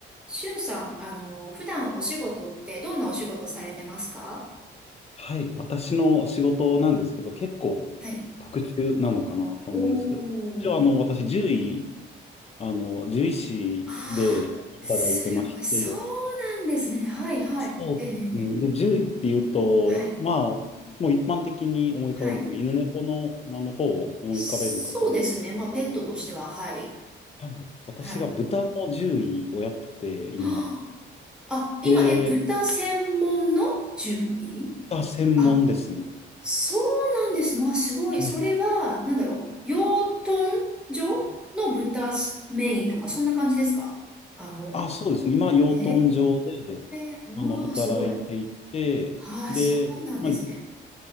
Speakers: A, in the centre; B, on the left (about 30°).
A: しゅんさん、あの、普段お仕事ってどんなお仕事されてますか
B: はい、私の仕事なんですけど、結構特殊なのかなと思うんですけど、
A: はい。おー。
B: 一応あの、私、獣医、あの、獣医師で働いてまして、
A: ああ、すごい。そうなんですね。はい、はい。
B: そうですね。
A: ええ、ええ
B: で、獣医っていうと、
A: はい、
B: まあ、もう一般的に思い浮かべるのが、
A: はい。
B: 犬猫の、あの方を思い浮かべるかと思うんですけど、
A: そうですね。まあ、ペットとしては、はい、
B: はい、私が豚の獣医をやってて、
A: はい。
B: 今。
A: はあ、あ今、
B: で、
A: え、豚専門の獣医
B: 豚専門ですね。
A: あ、そうなんですね。わ、すごい。
B: はい
A: それは、なんだろう。養豚場の豚メインとか、そんな感じですかあの、
B: あ、そうですね。今、養豚場で、
A: へえ、おー、
B: あの、働いていて、
A: すごい。ああ、
B: で、
A: そうなんですね。
B: まあ、